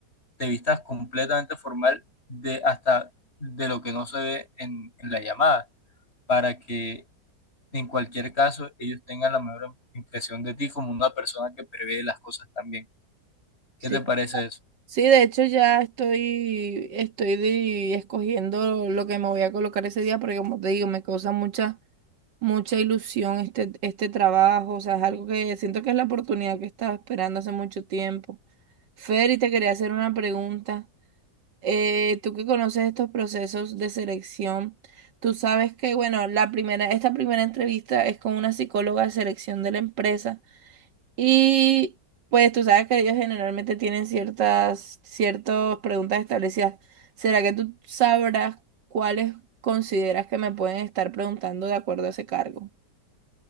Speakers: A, on the left (about 35°); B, on the right (about 85°).
A: te vistas completamente formal de hasta de lo que no se ve en, en la llamada, para que en cualquier caso ellos tengan la mejor impresión de ti como una persona que prevé las cosas también. ¿Qué
B: Sí.
A: te parece eso?
B: Sí, de hecho ya estoy, estoy de- escogiendo lo que me voy a colocar ese día porque como te digo, me causa mucha mucha ilusión este, este trabajo, o sea, es algo que siento que es la oportunidad que estaba esperando hace mucho tiempo. Fer, y te quería hacer una pregunta. Eh, tú que conoces estos procesos de selección, tú sabes que, bueno, la primera, esta primera entrevista es con una psicóloga de selección de la empresa y pues tú sabes que ellos generalmente tienen ciertas, ciertas preguntas establecidas. ¿Será que tú sabrás cuáles consideras que me pueden estar preguntando de acuerdo a ese cargo?